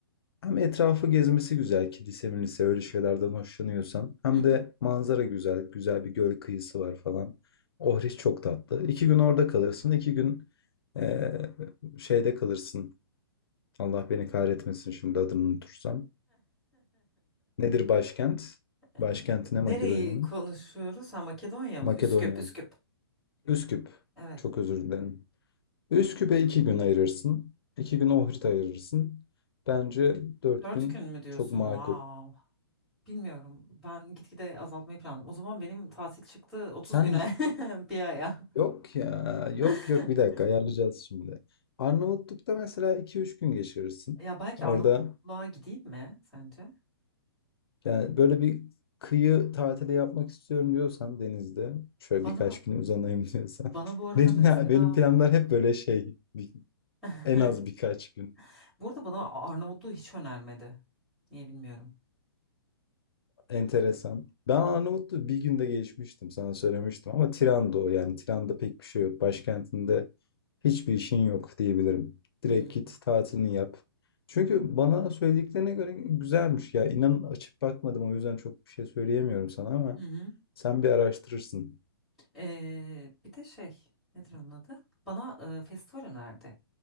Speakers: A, on the left (about 70°); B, in the centre.
A: Hem etrafı gezmesi güzel kilise milise öyle şeylerden hoşlanıyorsan. Hem
B: Hı hı.
A: de manzara güzel. Güzel bir göl kıyısı var falan. Ohriş çok tatlı. İki gün orada kalırsın. iki gün eee, şeyde kalırsın. Allah beni kahretmesin şimdi adını unutursam. Nedir başkent?
B: <laughs>
A: Başkenti ne Makedonya'nın?
B: Nereyi konuşuyoruz? Ha Makedonya mı?
A: Makedonya.
B: Üsküp, Üsküp.
A: Üsküp.
B: Evet.
A: Çok özür dilerim. Üsküp'e iki gün ayırırsın. iki gün Ohrid'e ayırırsın. Bence dört
B: dört
A: gün
B: gün mü diyorsun?
A: çok makul.
B: Wow. Bilmiyorum. Ben gitgide azaltmayı planladım. O zaman benim tatil çıktı 30
A: Sen
B: güne <laughs> bir aya.
A: Yok ya. Yok
B: <laughs>
A: yok bir dakika ayarlayacağız şimdi. Arnavutluk'ta mesela iki üç gün geçirirsin.
B: Ya belki
A: Orada
B: Arnavutluğa gideyim mi sence?
A: yani böyle bir kıyı tatili yapmak istiyorum diyorsan denizde şöyle
B: Bana
A: birkaç gün uzanayım diyorsan.
B: bana
A: <laughs>
B: bu arada
A: Benim,
B: mesela
A: benim planlar hep böyle şey bir-
B: <laughs>
A: en az birkaç gün.
B: bu arada bana Arnavutluğu hiç önermedi. Niye bilmiyorum.
A: Enteresan. Ben Arnavutluğu bir günde geçmiştim sana söylemiştim ama Tiran'da o yani Tiran'da pek bir şey yok. Başkentinde hiçbir işin yok diyebilirim. Direkt
B: Hmm.
A: git tatilini yap. Çünkü bana söylediklerine göre güzelmiş ya. İnan açıp bakmadım o yüzden çok bir şey söyleyemiyorum sana ama
B: Hı hı.
A: sen bir araştırırsın.
B: Ee, bir de şey nedir onun adı? Bana e, festival önerdi hep.